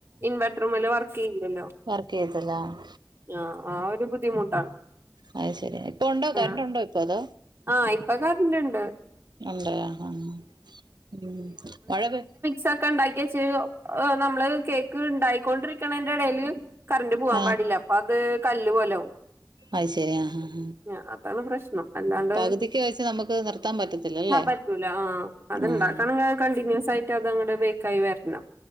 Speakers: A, on the right; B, on the right.
A: ഇൻവെട്ടറൂമ്മല് വർക്കീയ്യൂലല്ലോ.
B: വർക്കെയ്യത്തില്ലാ ആഹ്.
A: ആഹ് ആ ഒരു ബുദ്ധിമുട്ടാണ്.
B: അഹ് ശെരി ഇപ്പ ഉണ്ടോ കറണ്ട്
A: ആഹ്
B: ഉണ്ടോ ഇപ്പ അതോ.
A: ആഹ് ഇപ്പൊ കറന്റ്ണ്ട്.
B: ഉണ്ടോ ആഹ് ഉം മഴപെ
A: സൊക്കെ ണ്ടാക്കെച്ച് നമ്മള് കേക്ക് ണ്ടാക്കിക്കൊണ്ടിരിക്കണേന്റെ എടേല്. കറന്റ് പൂവാം
B: ആഹ്
A: പാടില്ല അപ്പത് കല്ല് പോലാവും.
B: അഹ് ശെരി ആഹ് ആഹ്
A: ആഹ് അതാണ് പ്രശ്നം. അല്ലാണ്ട്
B: പകുതിക്ക് വെച്ച് നമുക്ക് നിർത്താൻ പറ്റത്തില്ലല്ലേ?
A: ഹാ പറ്റൂല ആഹ് അത്ണ്ടാക്ക
B: ആഹ്
A: ക്കാണെങ്കി അത് കണ്ടിന്യൂസായിട്ട് അത് അങ്ങട് ബേക്കായി വെര്നം.